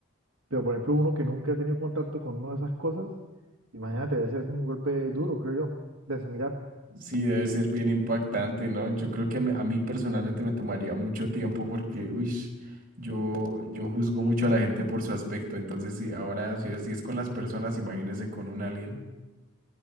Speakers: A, on the right; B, on the right.
A: pero por ejemplo uno que nunca ha tenido contacto con una de esas cosas, imagínate, debe ser como un golpe duro, creo yo, de asimilar.
B: Sí, debe ser bien impactante, ¿no? Yo creo que me- a mí personalmente me tomaría mucho tiempo porque, uy, yo, yo juzgo mucho a la gente por su aspecto, entonces sí, ahora si es, si es con las personas, imagínese con un alien.